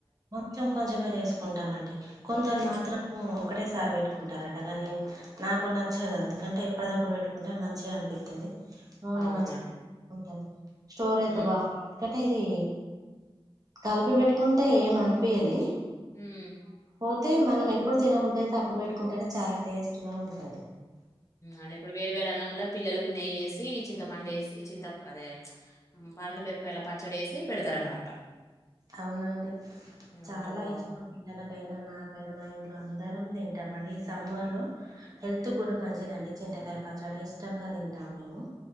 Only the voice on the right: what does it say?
కొంచెం కొంచెమే చేసుకుంటామండి కొందరు
మాత్రం ఒకటేసారి పెట్టు పెట్టుకుంటారట కానీ నాకు నచ్చదు అందుకంటే ఎప్పటిదప్పుడు పెట్టుకుంటే మంచిగా అనిపిస్తుంది నూనే
మంచి ఉంటది స్టోర్
అయితే బాగుంది ఎకంటే ఇది కలిపి పెట్టుకుంటే ఏం అనిపయేది
అయితే మనం ఎప్పుడు తినబదు అయితే అప్పుడు పెట్టుకుంటేనే చాలా టేస్ట్ గా ఉంటది
అవునండి
చాలా
ఇష్టం పిల్లలకైనా నాకైనా మా ఇంట్లో అందరం తింట తింటామ అండి ఈ సమ్మర్ లో హెల్త్ కూడా మంచిదండి చింతకాయ పచ్చడా ఇష్టంగా తింటాము మేము